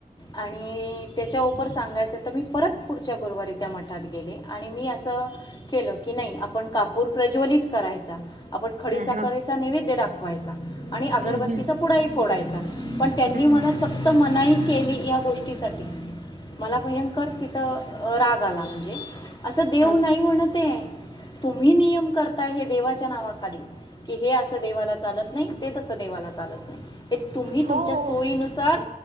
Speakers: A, on the left; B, on the right.
A: आणि त्याच्यार सांगायचं तर मी परत पुढच्या गुरुवारी त्या मठात गेले आणि मी अस स केलं की नाही आपण कापूर प्रज्वलित करायचा आपण खडीसाकरायचा
B: हम्म
A: नैवेद्या दाखवायचं आणि अगरबत्तीचा
B: हम्म हम्म
A: पुढाही फोडायचा पण त्यांनी
B: हम्म
A: मला सक्त मनाई केली या गोष्टीसाठी मला भयंकर तिथं राग आला म्हणजे असं देव
B: ह
A: नाही म्हणते तुम्ही नियम करताय हे देवाच्या नावाखाली कि हे असं देवाला चालत नाही ते तसं देवाला चालत नाही हे तुम्ही
B: हो
A: तुमच्या सोयीनुसार